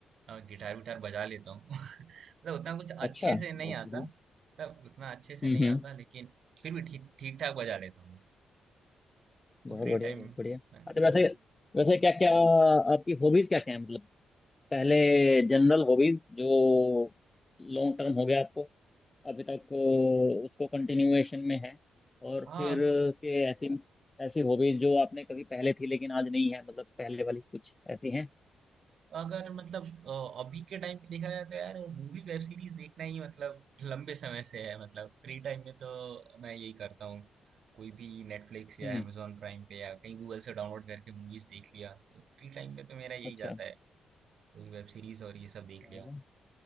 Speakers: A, on the right (about 65°); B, on the left (about 20°).
A: अ, गिटार विटार बजा लेता हूँ <laughs> मतलब उतना कुछ
B: अच्छा
A: अच्छे से
B: बहुत
A: नहीं आता
B: बढ़िया
A: मतलब उतना अच्छे
B: हम्म
A: से नहीं
B: हम्म
A: आता लेकिन फिर भी ठीक ठीक ठाक बजा लेता हूँ
B: बहुत
A: तो फ्री
B: बढ़िया
A: टाइम
B: बहुत बढ़िया
A: में
B: अच्छा वैसे
A: हाँ जी।
B: वैसे क्या क्या आपकी हॉबीज क्या क्या है मतलब पहले जनरल हॉबीज जो लॉन्ग टर्म हो गया आपको अभी तक अ, उसको कंटिन्यूएशन में है और
A: हाँ,
B: फिर के ऐसी ऐसी हॉबीज जो आपने कभी पहले थी लेकिन आज नहीं है मतलब पहले वाली कुछ ऐसी हैं
A: अगर मतलब अ, अभी के टाइम पे देखा जाए तो यार मूवी वेब सीरीज देखना ही मतलब लंबे समय से है मतलब फ्री टाइम में तो मैं यही करता हूँ कोई भी नेटफ्लिक्स या
B: हम्म
A: amazon प्राइम पे या कहीं गूगल से डाउनलोड करके मूवीज देख लिया तो फ्री टाइम पे तो मेरा यही
B: अच्छा
A: जाता है कोई वेब सीरीज और ये सब
B: चलो
A: देख लिया